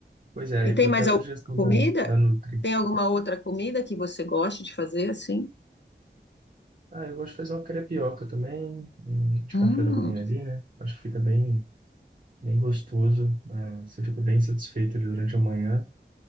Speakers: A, on the right; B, on the left.
A: pois é,
B: E
A: aí
B: tem
A: foi
B: mais
A: até a sugestão
B: alguma comida?
A: da, da Nutri.
B: Tem alguma outra comida que você goste de fazer assim?
A: Ah, eu gosto de fazer uma crepioca também, hum, de
B: Hum,
A: café da manhã ali, né? Acho que fica bem, bem gostoso, é, você fica bem satisfeito ali durante a manhã.